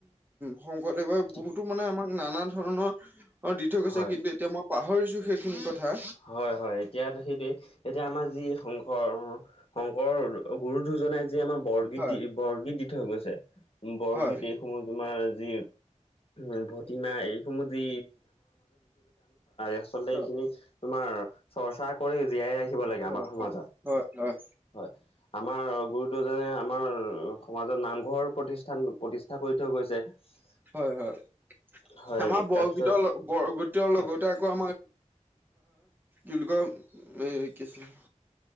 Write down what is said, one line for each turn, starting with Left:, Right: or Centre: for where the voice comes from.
Right: শংকৰদেৱে
Left: ঠিক
Right: বহুতো মানে আমাৰ নানা ধৰণৰ, অ', দি থৈ গৈছে
Left: হয়
Right: কিন্তু এতিয়া, মই পাহৰিছো সেইখিনি কথা।
Left: হয়, হয়, এতিয়া সেইটোৱে, এতিয়া আমাৰ যি শংকৰ অ' শংকৰ, গুৰু দুজনাই যি আমাৰ বৰ
Right: হয়
Left: দি, বৰগীত দি থৈ গৈছে, বৰগীত
Right: হয়
Left: এইসমূহ তোমাৰ যি <unintelligible> এইখিনি আচলতে
Right: হয়
Left: এইখিনি তোমাৰ, চৰ্চা কৰি জীয়াই ৰাখিব লাগে
Right: হয়,
Left: আমাৰ সমাজত।
Right: হয়, হয়, হয়।
Left: হয়। আমাৰ গুৰুদুজনে, আমাৰ সমাজত নামঘৰ প্ৰতিষ্ঠান, প্ৰতিষ্ঠা কৰি থৈ গৈছে। <unintelligible>
Right: হয়, হয়,
Left: হয়
Right: আমাৰ বৰগীতৰ
Left: তাৰপিছত
Right: ল, বৰগীতৰ লগতে
Left: হয়
Right: <unintelligible> কি বুলি কয়, কি আছিলে